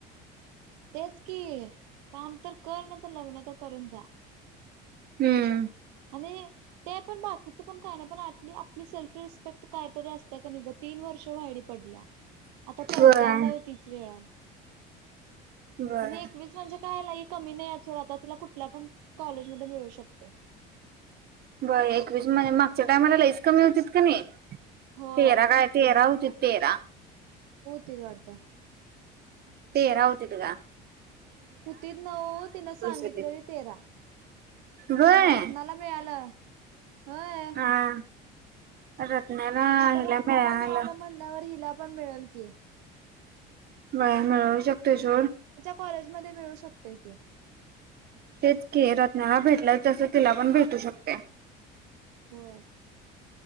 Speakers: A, on the right; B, on the right.
A: तेच कि काम तर कर, नाही तर लग्न तर करून जा.
B: हम्म.
A: आणि ते पण बाकीच पण काय नाही, आपली आपली सेल्फ रिस्पेक्ट कायतरी असतते कनि गं तीन वर्ष व्हायडी पडल्या. आता चौत्यांदा
B: व्हय.
A: आहे तीच वेळानं.
B: बर.
A: आणि एकवीस म्हणजे काय लई कमी नाही सोड आता तिला कुठल्या पण कॉलेजमध्येध्ये मिळू शकते.
B: बर एकवीस म्हणजे मागच्या टायमाला लईच कमी होती कणी? तेरा
A: होय
B: काय तेरा होतीत तेरा.
A: तिघात.
B: तेरा होतीत ग.
A: हुतीत नव्ह ओ तिनं सांगितलेली
B: होतीत.
A: तेरा.
B: व्हय.
A: ह मग रत्नाला मिळालं. होय.
B: हा. रत्नाला
A: मग आता
B: हिला
A: रत्नाला
B: मिळालं
A: मिळाल म्हणल्यावर हिला पण मिळंल की.
B: वय मिळ शकतय सोड.
A: कॉलेज मध्ये मिळू शकतय की.
B: तेच की रत्नाला भेटलं तसं तिला पण भेटू शकते.
A: होय.